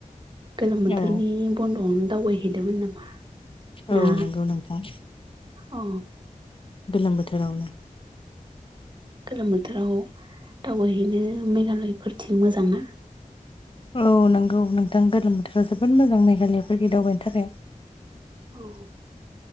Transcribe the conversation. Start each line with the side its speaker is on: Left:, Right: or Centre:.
Right: गोलोम बोथोरनि
Left: औ
Right: बन्द'आवनो दावबायहैदोंमोन नामा? ना
Left: औ नंगौ नोंथां।
Right: औ
Left: गोलोम बोथोरावनो
Right: गोलोम बोथोराव दावबायहैनो मेघालयफोरथिं मोजां ना?
Left: औ नंगौ नोंथां, गोलोम बोथोराव जोबोद मोजां मेघालयाफोरखै दावबायनो थाखाय।
Right: औ